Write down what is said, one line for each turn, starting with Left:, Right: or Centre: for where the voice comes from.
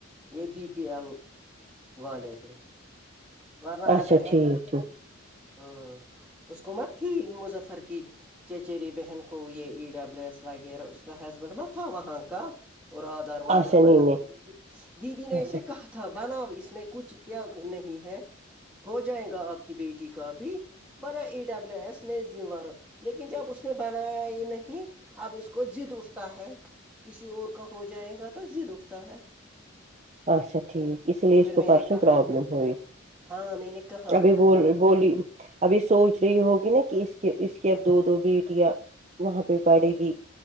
Centre: یہ بی پی ایل والے ہیں ورنہ
Right: اچھا
Centre: اگر ایس
Right: ٹھیک ٹھیک
Centre: ہاں اس کو مت تھی مظفر کی چچیری بہن کو یہ ای ڈبلو ایس وغیرہ اس کا ہسبینڈ م تھا وہاں کا اور آدار وادار
Right: اچھا
Centre: مب
Right: نہیں نہیں
Centre: دیدی نے
Right: اچھا
Centre: اسے کہا تھا بناؤ اس میں کچھ کیا نہیں ہے ہو جائے گا آپ کی بیٹی کا بھی بلا ایڈ ڈبللیو ایس میں ذمار ہ لیکن جب اس نے بنایا یہ نہیں اب اس کو د اٹھتا ہے کسی اور کا ہو جائے گا تو د اٹھتا ہے
Right: اچا ٹھیک ا اس لیے اس
Centre: پھر
Right: کو
Centre: میں
Right: پرسن
Centre: نے کہا
Right: پرابلم ہو یہ
Centre: ہاں میں نے کہا
Right: ابھی ب
Centre: میں نے
Right: بولی ابھی سوچ رہی ہوگی نا کہ اس کی اس کی اب دو دو بیٹیاں وہاں پہ پڑے
Centre: ہاں
Right: گی